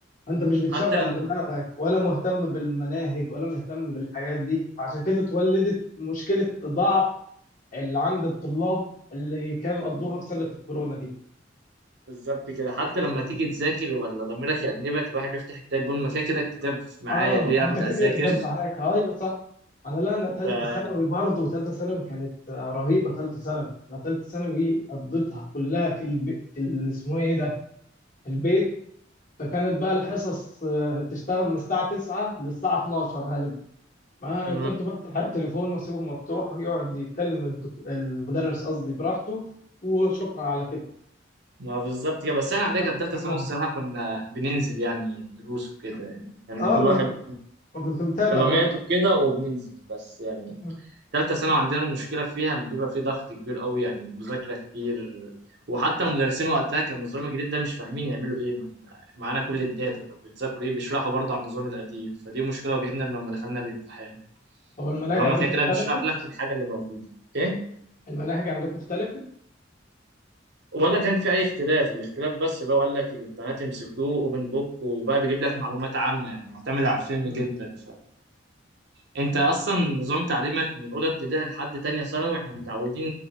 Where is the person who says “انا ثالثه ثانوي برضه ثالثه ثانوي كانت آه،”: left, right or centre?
Left